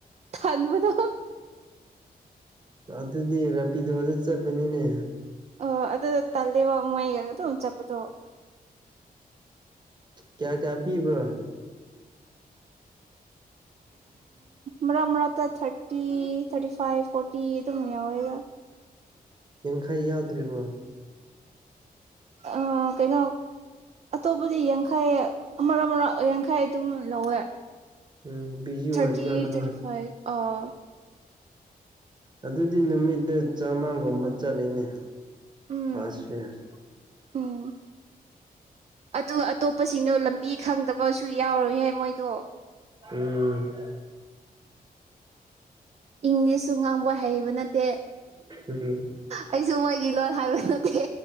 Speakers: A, on the right (about 45°); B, on the right (about 30°).
A: ꯇꯟꯕꯗꯣ
B: ꯑꯥꯗꯨꯗꯤ ꯔꯥꯄꯤꯗꯣ ꯗ ꯆꯠꯄꯅꯤꯅꯦ
A: ꯑꯣ ꯑꯥꯗꯨ ꯇꯜꯂꯦ ꯕꯥ ꯃꯣꯏꯒꯥ ꯑꯥꯗꯨꯝ ꯆꯠꯄꯗꯣ
B: ꯀ꯭ꯌꯥ ꯀ꯭ꯌꯥ ꯄꯤꯕ꯭ꯔꯣ
A: ꯃꯥꯔꯛ ꯃꯥꯔꯛꯇ ꯊꯥꯔꯇꯤ ꯊꯥꯔꯇꯤ ꯐꯥꯏꯚ ꯐꯣꯔꯇꯤ ꯗꯨꯝ ꯌꯥꯎꯋꯦꯗ
B: ꯌꯥꯡꯈꯩ ꯌꯥꯎꯗ꯭ꯔꯤꯕꯣ
A: ꯑꯥ ꯀꯩꯅꯣ ꯑꯥꯇꯣꯞꯄꯗꯤ ꯌꯥꯡꯈꯩ ꯑꯥꯃꯔꯛ ꯑꯥꯃꯔꯛ ꯌꯥꯡꯈꯩ ꯗꯨꯝ ꯂꯧꯋꯦ
B: ꯎꯝ ꯕꯤꯖꯤ ꯑꯣꯏꯕ
A: ꯊꯥꯔꯇꯤ
B: ꯀꯥꯟꯗꯀꯣ
A: ꯊꯥꯔꯇꯤ ꯐꯥꯏꯚ ꯑꯥ
B: ꯑꯥꯗꯨꯗꯤ ꯅꯨꯃꯤꯠꯗ ꯆꯥꯃꯒꯨꯝꯕ ꯆꯠꯂꯤꯅꯦ
A: ꯎꯝ
B: <unintelligible>
A: ꯎꯝ ꯑꯥꯗꯨ ꯑꯥꯇꯣꯞꯄꯁꯤꯡꯗꯣ ꯂꯝꯕꯤ ꯈꯪꯗꯕꯁꯨ ꯌꯥꯎꯔꯣꯏ ꯍꯦ ꯃꯣꯏꯗꯣ
B: ꯎꯝ <unintelligible>
A: ꯏꯪꯂꯤꯁꯁꯨ ꯉꯥꯡꯕ ꯍꯩꯕ ꯅꯠꯇꯦ
B: ꯎꯝ ꯎꯝ
A: ꯑꯩꯁꯨ ꯃꯣꯏꯒꯤ ꯂꯣꯟ ꯍꯥꯏꯕ ꯅꯠꯇꯦ